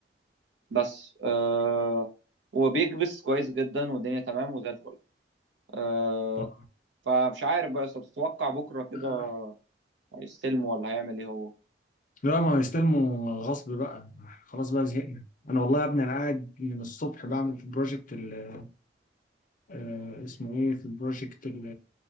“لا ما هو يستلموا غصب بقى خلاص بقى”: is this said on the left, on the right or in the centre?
Left